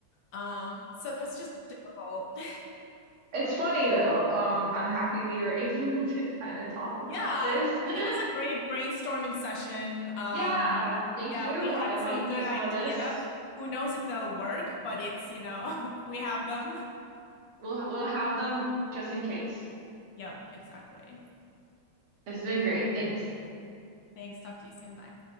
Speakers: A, on the left; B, on the right.
A: Um, so it's just difficult. <laughs>
B: It's funny though. Um, I'm happy we were able <laughs> to kind of talk about
A: Yeah,
B: this.
A: it
B: <laughs>
A: was a great brainstorming session. Um,
B: Yeah, thank
A: yeah,
B: you.
A: we had
B: I might
A: some good
B: use
A: ideas.
B: some of this.
A: Who knows if they'll work, but it's, you know, <laughs> we have them.
B: We'll we'll have them just in case.
A: Yep, exactly.
B: This has been great. Thanks.
A: Thanks. Talk to you soon. Bye.